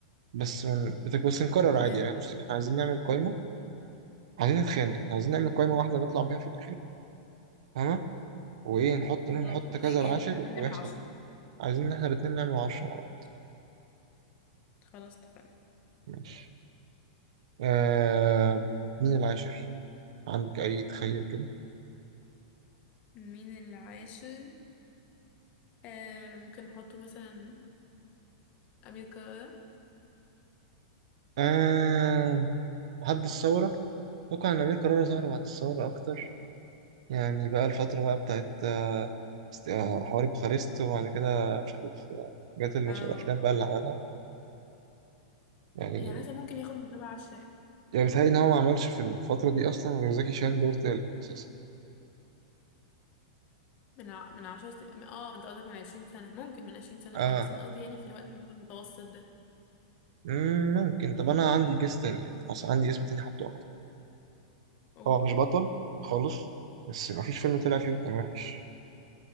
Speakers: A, on the right; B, on the left.
A: بس من... بتك- بس نكرر
B: تمام
A: عادي يعني بصي إحنا عايزين نعمل قائمة عايزين نتخانق إحنا عايزين نعمل قائمة واحدة نطلع بيها في الآخر تمام وايه نحط نحط
B: خلاص اوكي
A: كذا العاشر
B: يعني احنا عايزين
A: ويحصل
B: نعمل عشرة
A: عايزين ان احنا الاتنين نعمل عشرة مع
B: ماشي.
A: بعض
B: خلاص اتفقنا
A: ماشي آه مين العاشر عندك اي تخيل كده
B: مين العاشر آه ممكن نحطه مثلا أمير كرارة
A: آه بعد الثورة ممكن أمير كرارة ظهر بعد الثورة أكتر يعني بقى الفترة بقى بتاعت آه، است- آه، حواري بوخارست وبعد كده مش عارف آه، حاجات المس-
B: اه
A: الأفلام بقى اللي عملها يعني
B: يعني حاسه ممكن ياخد من تبع عش...
A: يعني بيتهيألي إن هو ما عملش في الفترة دي أصلا غير زكي شان دور تالت أساسا
B: من ع... من عشر س... من- اه انت قصدك من عشرين سنه ممكن من عشرين سنه
A: آه
B: اه بس انا قصدي يعني في الوقت اللي هو المتوسط ده
A: مم، ممكن طب أنا عندي جيس تاني يعني حصل عندي اسم تاني أحطه
B: قول
A: هو مش بطل خالص بس مفيش فيلم طلع فيه كان وحش